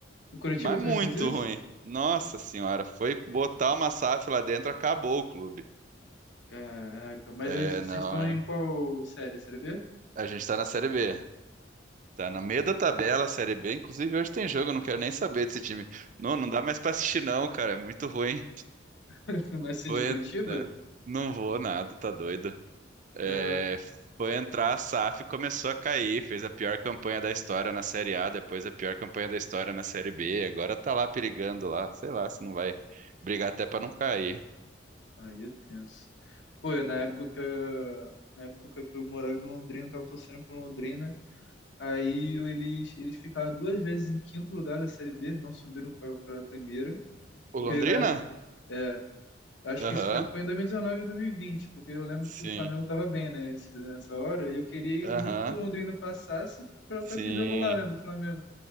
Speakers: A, on the left (about 70°); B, on the right (about 40°).
A: O Curitiba
B: Mas
A: também
B: muito
A: fez isso?
B: ruim. Nossa senhora, foi botar uma SAF lá dentro, acabou o clube.
A: Caraca, mas
B: É,
A: eles- vocês
B: não,
A: estão
B: é.
A: em qual série? Série B?
B: A gente tá na Série B. Tá no meio da tabela, Série B. Inclusive, hoje tem jogo, eu não quero nem saber desse time. Não, não dá mais pra assistir, não, cara. É muito ruim.
A: <laughs> Mas se
B: Foi,
A: de Curitiba?
B: né? Não vou nada, tá doido. É,
A: Ah,
B: foi entrar a SAF, começou a cair, fez a pior campanha da história na Série A, depois a pior campanha da história na Série B, agora tá lá perigando lá, sei lá se não vai brigar até pra não cair.
A: Aí é tenso. Pô, eu, na
B: É,
A: época, na época que eu morava em Londrina, tava torcendo pro Londrina. Aí eu- eles, eles ficaram duas vezes em quinto lugar da Série B, não subiram pra, pra primeira.
B: O
A: Porque
B: Londrina?
A: na época, é, acho
B: Aham,
A: que isso foi, foi em dois mil e e e 2020, porque eu lembro
B: sim,
A: que o Flamengo tava bem, né, esse- nessa hora. E eu queria
B: aham,
A: muito que o Londrina passasse pra,
B: sim,
A: pra ter jogo lá, né, do Flamengo.